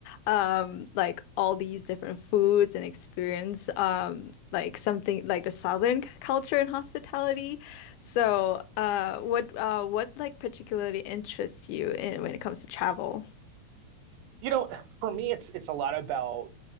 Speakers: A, on the left (about 85°); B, on the right (about 85°).
A: um like all these different foods and experience um like something like the Southern c- culture and hospitality. So, uh what uh what like particularly interests you in when it comes to travel?
B: You know, <sighs> for me it's it's a lot about